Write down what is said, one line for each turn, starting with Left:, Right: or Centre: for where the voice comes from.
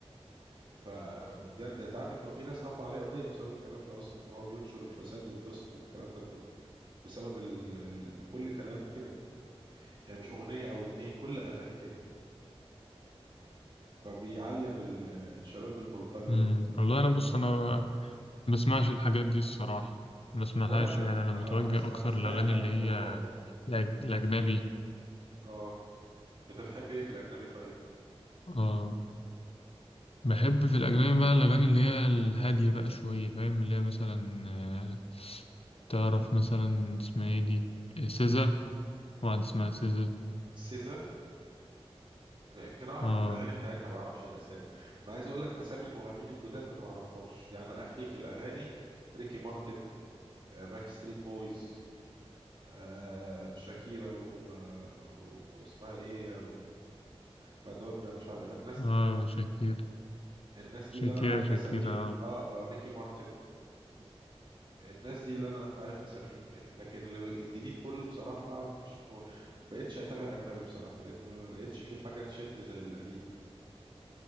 Right: ف... فبجد انت عارف انه في ناس رفع عليه قضيه بسبب الكلام ده اصلا ان هو بينشر الفساد والفسق والكلام ده كله بسبب ال... ال... ان كل كلامه كده يعني مش اغنيه او اتنين كل اغانيه كده فبيعلم ال... الشباب البلطجه
Left: امم
Right: و...
Left: والله انا بص انا ما بسمعش الحاجات دي الصراحة ما بسمعهاش
Right: ولا انا
Left: يعني انا
Right: انا
Left: متوجه
Right: انا س... انا
Left: اكتر
Right: سمعت
Left: للاغاني
Right: عن
Left: اللي
Right: الموضوع
Left: هي
Right: يعني
Left: الأج- الاجنبي
Right: اه انت بتحب ايه في الاجنبي طيب
Left: اه بحب في الأجنبي بقى الأغاني اللي هي الهادية بقى شوية فاهم اللي هي مثلا آه، تعرف مثلا اسمها ايه دي سيزا واحد اسمها سيزا
Right: سيزا يمكن اعرف
Left: اه
Right: الاغاني بتاعتها ما اعرفش الاسامي انا عايز اقول لك اسامي المغنيين الجداد انا ما اعرفهاش يعني اخري في الاغاني ريكي مارتن باك ستريت بويز آه شاكيرا و... واسمها ايه ومادونا مش عارف إيه. الناس
Left: اه
Right: دي
Left: شاكير
Right: الناس
Left: شاكير
Right: دي اللي انا عارف
Left: شاكير
Right: اساميها
Left: اه
Right: اه اه ريكي مارتن الناس دي اللي انا عارف اساميهم يعني لكن اللي- الجديد كله بصراحة مش م... بقتش اتابع اجنبي بصراحة لان ما لقيتش في حاجة تشد زي القديم